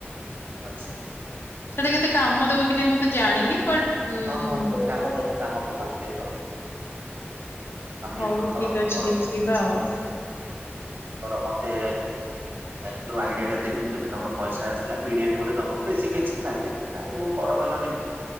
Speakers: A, on the right; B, on the left.
A: ଆଚ୍ଛା।
B: ସେଇଟା କେତେ କାମ ଦବ କି ନାହିଁ ମୁ ତ ଜାଣିନି ବଟ୍ ଉଁ
A: ହଁ ହଁ ବ କାମ ଦବ କାମ ଦବ ଆପଲ୍ଲାଏ କର। ଆପ୍ଲାଏ
B: ହଉ
A: କର
B: ଠିକ ଅଛି
A: କର
B: ଦେଖିବା
A: ହୁଁ
B: ଆଉ
A: କର ମତେ ଆ ଯୋଉ ଆଇଡିଆ ଟା ଦେଲି ଯଦି ତମର ପଇସା ଆସିଲା ବିରିୟାନୀ ଗୋଟେ ଦବ ବେଶୀ କିଛି ଖାଇବିନି କାଇଁ ମୁଁ ପରଧନ ନେବି।